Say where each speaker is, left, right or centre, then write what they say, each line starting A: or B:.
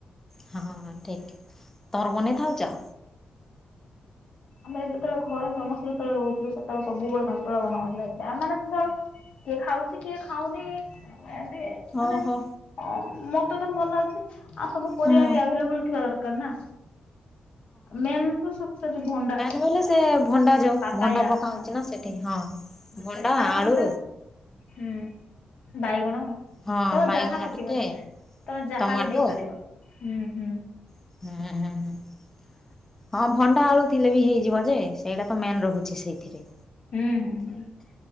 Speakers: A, on the left; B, on the left.
A: ହଁ ହଁ ହଁ ଠିକ୍। ତମର ବନେଇ ଖାଉଛ?
B: ଆମେ ଯେତେବେଳେ ଘରେ ସମସ୍ତେ ଯେତେବେଳେ ରହୁଥିଲୁ ସେତେବେଳେ ସବୁବେଳେ ସନ୍ତୁଳ ବନା ହଉଥିଲା ଏବେ ଆମର <unintelligible> କିଏ ଖାଉଚି କିଏ ଖାଉନି। ଆଉ ଏବେ ମାନେ
A: ଓହୋ।
B: ଅ ମତେ ତ ଭଲ ଲାଗୁଛି। ଆଉ ସବୁ ପରିଆ
A: ହୁଁ
B: ବି ଆଭେଲେବୁଲ୍ ଥିବା ଦରକାର ନା। ମେନ୍ ତ <unintelligible> ଭଣ୍ଡା।
A: ଏଲେ ସେ ଭଣ୍ଡା ଯୋଉ
B: ପାପାୟା
A: ଭଣ୍ଡା ପକା
B: ହଁ
A: ହଉଚି ନା ସେଠି ହଁ ଭଣ୍ଡା
B: ସେଟା
A: ଆଳୁ
B: ନହେଲେ ହୁଁ ବାଇଗଣ
A: ହଁ
B: ତମେ
A: ବାଇଗଣ
B: ଯାହା ପକେଇପାରି,
A: ଟିକେ
B: ତମେ ଯାହା
A: ଟମାଟୋ
B: ବି ଦେଇପାରିବ। ହୁଁ ହୁଁ।
A: ହୁଁ ହୁଁ। ହଁ ଭଣ୍ଡା ଆଳୁ ଥିଲେ ବି ହେଇଯିବ ଯେ, ସେଇଟା ତ ମେନ୍ ରହୁଛି ସେଇଥିରେ।
B: ହୁଁ ହୁଁ ହୁଁ,